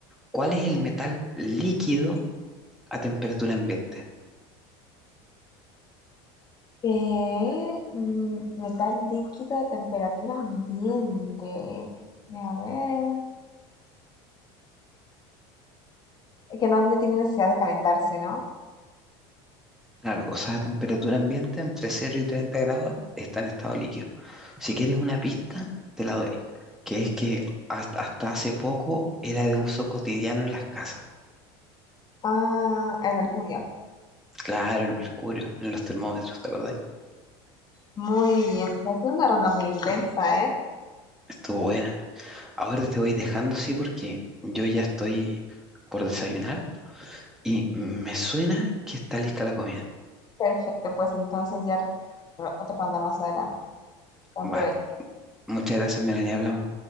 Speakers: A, in the centre; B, on the left.
A: ¿Cuál es el metal líquido a temperatura ambiente?
B: Eh, mm, metal líquido a temperatura ambiente. A ver, es que no no tiene necesidad de calentarse, ¿no?
A: Claro, o sea, a temperatura ambiente entre cero y 30 grados está en estado líquido. Si quieres una pista, te la doy, que es que hasta, hasta hace poco era de uso cotidiano en las casas.
B: Ah, el mercurio.
A: Claro, el mercurio, en los termómetros, ¿te acordáis?
B: Muy bien, pues ha sido una ronda muy intensa, ¿eh?
A: Estuvo buena. Ahora te voy dejando así porque yo ya estoy por desayunar y me suena que está lista la comida.
B: Perfecto, pues entonces ya repetiremos otra otra ronda más adelante. gran
A: Vale, muchas gracias, Melanie, hablamos.